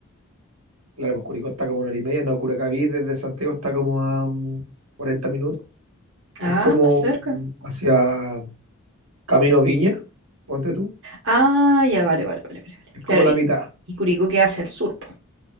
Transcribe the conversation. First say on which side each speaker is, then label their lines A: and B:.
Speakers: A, on the right; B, on the right.
A: Claro, pues Curicó está como una hora y media, no, Curacaví desde Santiago está como a mm, 40 minutos.
B: Ah,
A: Es como
B: más cerca.
A: hacia Camino Viña, ponte tú.
B: Ah, ya, vale, vale, vale, vale. vale.
A: Es como
B: Claro,
A: la
B: y,
A: mitad.
B: y Curicó queda hacia el sur, po.